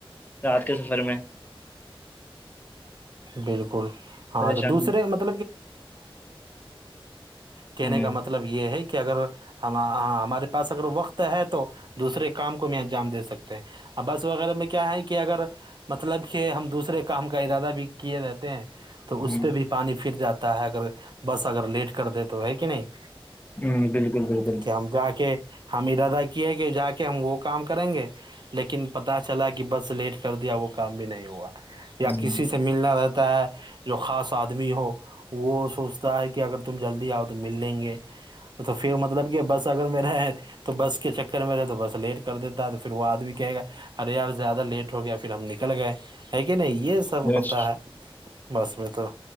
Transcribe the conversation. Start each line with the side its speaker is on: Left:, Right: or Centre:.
Left: رات کے سفر میں
Right: بالکل ہاں
Left: پریشانی
Right: تو دوسرے مط
Left: میں
Right: کہنے کا مطلب یہ ہے کہ اگر ہم ہاں ہمارے پاس اگر وقت ہے تو دوسرے کام کو بھی انجام دے سکتے ہیں ا بس وغیرہ میں کیا ہے کہ اگر مطلب کہ ہم دوسرے کام کا ارادہ بھی کیے رہتے ہیں تو
Left: ہ
Right: اس پہ بھی پانی پھر جاتا ہے اگر بس اگر لیٹ کر د تو ہے کہ نہیں
Left: ہوں بالکل بالکل
Right: کہ ہم جا کے ہم ارادہ کی ہے کہ جا کے ہم وہ کام کریں گے لیکن پتا چلا کہ بس لیٹ کر دیا وہ کام بھی نہیں ہوا یا
Left: ہ
Right: کسی سے ملنا رہتا ہے جو خاص آدمی ہو وہ سوچتا ہے کہ اگر تم جلدی آؤ تو مل لیں گے تو پھر مطلب کہ بس اگر میر رہا ہے تو بس کے چکر میں رہ تو بس لیٹ کر دیتا ہے تو پھر وہ آدمی کہے گا ارے یار زیادہ لیٹ ہو گیا پھر ہم نکل گئے ہے کہ نہیں یہ سب
Left: بیسٹ
Right: ہوتا ہے بس میں تو